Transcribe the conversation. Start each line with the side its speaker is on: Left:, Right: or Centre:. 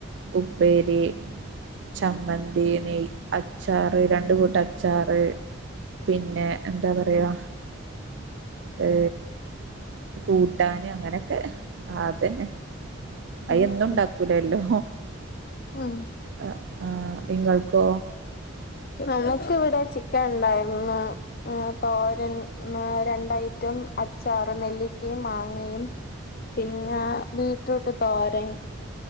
Right: ഉപ്പേരി ചമ്മന്തി, നെയ്, അച്ചാറ്, രണ്ട് കൂട്ടച്ചാറ് പിന്നെ, എന്താ, പറയാ ഏ, കൂട്ടാന്, അങ്ങനെക്കെ, ആ തന്നെ,
Left: ഉം
Right: അയൊന്നും,
Left: ഉം
Right: ണ്ടാക്കൂലല്ലോ,
Left: ഉം
Right: ആ ആ, ഇങ്ങൾക്കോ
Left: ഞമുക്കിവിടെ, ചിക്കൻ ഉണ്ടായിരുന്നു, തോരൻ, മ്, രണ്ടഐറ്റം, അ അച്ചാറ്, നെല്ലിക്കേം, മാങ്ങയും പിന്നാ, ബീട്രൂട്ട്, തോരൻ